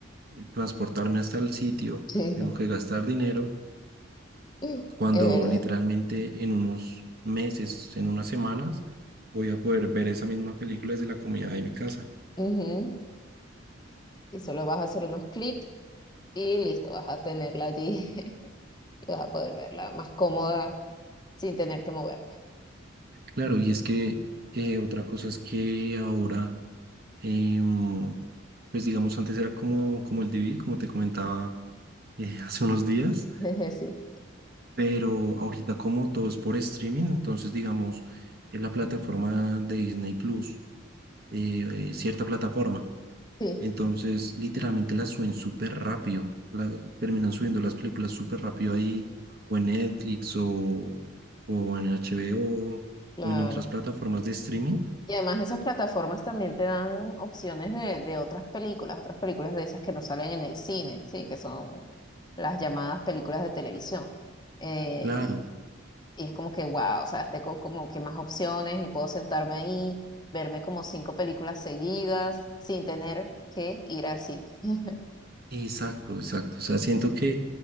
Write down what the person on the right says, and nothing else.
eh, transportarme hasta el sitio,
tengo que gastar dinero,
cuando
literalmente en unos meses, en unas semanas, voy a poder ver esa misma película desde la comodidad de mi casa.
Claro, y es que eh, otra cosa es que ahora, em, pues digamos, antes era como, como el DVD, como te comentaba eh, <laughs> hace unos días
pero ahorita como todo es por streaming, entonces digamos, en la plataforma de Disney Plus, eh, eh, cierta plataforma,
entonces literalmente la suben súper rápido, la, terminan subiendo las películas súper rápido ahí, o en Netflix, o, o en HBO, o
o en otras plataformas de streaming,
claro,
exacto, exacto, o sea, siento que